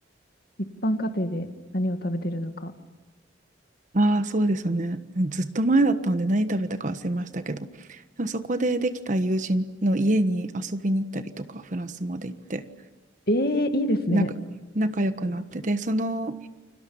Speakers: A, on the left (about 50°); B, on the right (about 40°).
A: 一般家庭で何を食べてるのか。
B: ああ、そうですよね。ずっと前だったので何食べたか忘れましたけど、でもそこでできた友人の家に遊びに行ったりとか、フランスまで行って、
A: ええ、いいですね。
B: なんか仲良くなって、で、その